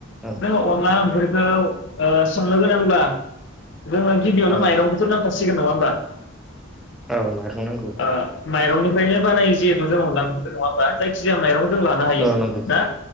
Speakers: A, in the centre; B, on the left.
A: औ
B: जोङो अनला ओंख्रिखौ ओ संनो गोनांब्ला जोनो गिबियावनो
A: औ
B: माइरखौथ' नांखासि सिगोन नङा होमबा
A: औ माइरं नांगौ
B: ओ माइरंनिफ्रायनो बानायो जि मोजाङाव लाबोदो न'आव बा जायखिया माइरं जों लानो हायो
A: औ नंगौ
B: ना?